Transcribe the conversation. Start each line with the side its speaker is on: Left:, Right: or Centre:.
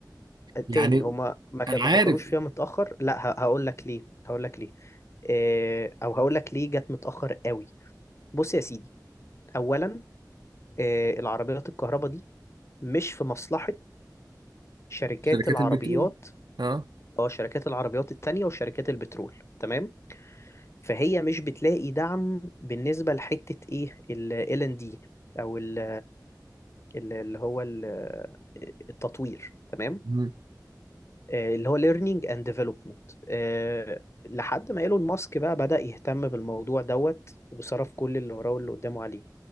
Right: يعني
Left: تاني هما ما كان-
Right: انا
Left: ما
Right: عارف
Left: فكروش فيها متأخر لا هقول لك ليه هقول لك ليه آه، او هقول لك ليه جت متأخر قوي بص يا سيدي اولا آه، العربيات الكهرباء دي مش في مصلحة شركات
Right: شركات
Left: العربيات
Right: البترول اه
Left: اه شركات العربيات التانية وشركات البترول تمام فهي مش بتلاقي دعم بالنسبة لحتة ايه ال إل ان دي او ال ال- اللي هو ال- التطوير تمام
Right: مم.
Left: آه، اللي هو learning and development آه، لحد ما ايلون ماسك بقى بدأ يهتم بالموضوع دوت وصرف كل اللي وراه واللي قدامه عليه